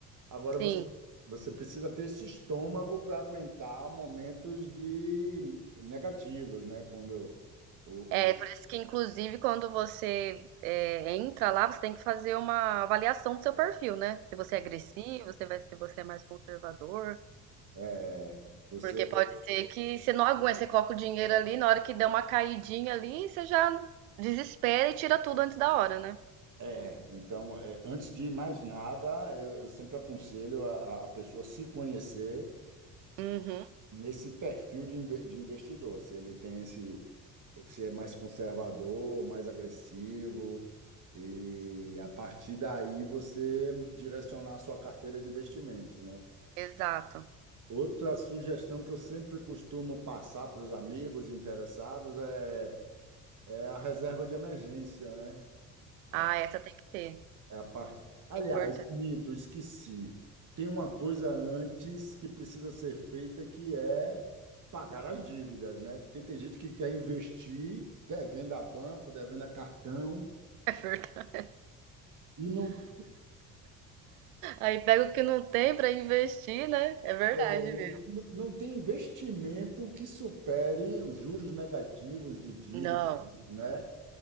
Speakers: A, on the right; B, on the right.
A: Agora você,
B: Sim.
A: você precisa ter esse estômago para aguentar momentos de negativos, né? Quando o,
B: É,
A: o-
B: por isso que, inclusive, quando você é, entra lá, você tem que fazer uma avaliação do seu perfil, né? Se você é agressivo, se vai- se você é mais conservador.
A: é, você
B: Porque pode ser que você não aguente, você coloca o dinheiro ali, na hora que der uma caidinha ali, você já desespera e tira tudo antes da hora, né?
A: é, então, é, antes de mais nada, eu, eu sempre aconselho a, a pessoa se conhecer
B: Uhum,
A: nesse perfil de, inve- de investidor, se ele tem esse, se é mais conservador, mais agressivo, e a partir daí você direcionar a sua carteira de investimentos, né?
B: exato.
A: Outra sugestão que eu sempre costumo passar para os amigos interessados é, é a reserva de emergência, né? A,
B: Ah, essa tem que ter.
A: é a parte... Aliás,
B: É importante.
A: minto,
B: <laughs>
A: esqueci. Tem uma coisa antes que precisa ser feita que é pagar as dívidas, né? Porque tem gente que quer investir devendo a banco, devendo a cartão
B: É verdade.
A: e não,
B: Aí pega o que não tem pra investir, né? É verdade
A: é,
B: mesmo.
A: não tem investimento que supere os juros negativos de dívida,
B: Não,
A: né?